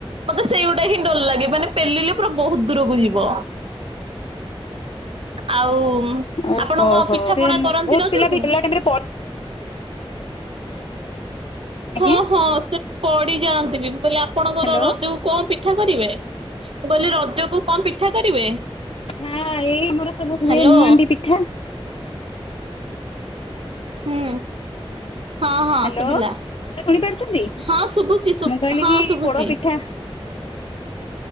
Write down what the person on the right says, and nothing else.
ମତେ ସେଇଗୁଟା ହିଁ ଡର ଲାଗେ ମାନେ ପେଲିଲେ ବହୁତ ଦୂରକୁ ଯିବ ବା। ଆଉ
ଆପଣ କଣ
ପିଠା
ପଣା କରନ୍ତି
ରଜକୁ?
ହ।
ହଁ ହଁ ସେ। ପଡି ଯାଆନ୍ତିିବି କହିଲି ଆପଣଙ୍କର
ରଜକୁ କଣ ପିଠା କରିବେ ମୁଁ କହିଲି ରଜ ରଜକୁ କଣ ପିଠା କରିବେ।
ହ୍ୟାଲୋ
ହୁଁ ହଁ ହଁ
ଶୁଭିଲା
ହଁ ଶୁଭୁଛି
ହଁ
ଶୁଭୁଛି।